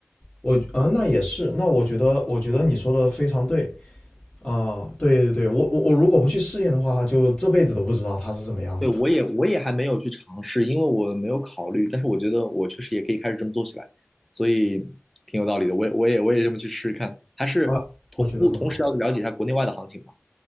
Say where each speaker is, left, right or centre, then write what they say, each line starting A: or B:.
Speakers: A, on the left; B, in the centre.
A: 我啊，那也是，那我觉得，我觉得你说的非常对啊，对对对，我我我如果不去试验的话，就这辈子都不知道它是什么样子的
B: 对，我也我也还没有去尝试，因为我没有考虑，但是我觉得我确实也可以开始这么做起来，所以挺有道理的。我也我也我也这么去试试看，还是同步同时要了解一下国内外的行情嘛，
A: 啊，我觉得很好。